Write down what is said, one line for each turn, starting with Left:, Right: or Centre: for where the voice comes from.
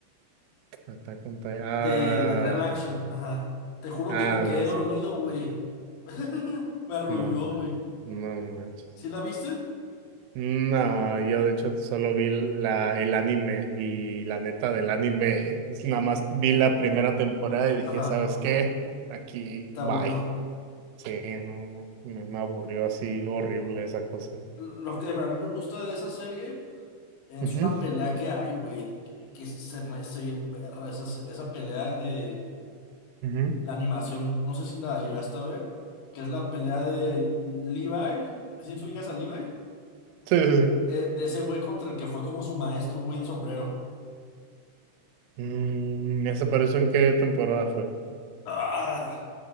Right: Attack on Titan. Ah,
Left: de, de Real Action. Ajá. Te juro
Right: ah,
Left: que me quedé
Right: no
Left: dormido,
Right: sé.
Left: güey. <laughs> Me arrulló,
Right: No, man.
Left: güey.
Right: No manches.
Left: ¿Sí la viste?
Right: No, yo de hecho solo vi la, el anime y la neta del anime, es nada más vi la primera temporada y dije,
Left: Ajá,
Right: ¿sabes qué? Aquí,
Left: te
Right: bye.
Left: aburrió.
Right: Sí, no, no, me, me aburrió así horrible esa cosa.
Left: Lo que a mí me gusta de esa serie es
Right: Ujú,
Left: una pelea que hay, güey, que, que se me hace bien perra esa, se- esa pelea de
Right: ujú.
Left: la animación. No sé si la llegaste a ver, que es la pelea de Levi, si ¿sí ubicas a Levi,
Right: Sí, sí, sí.
Left: Eh, de ese güey contra el que fue como su maestro, un güey de sombrero.
Right: Mm, ¿esa pero en qué temporada fue?
Left: Ah,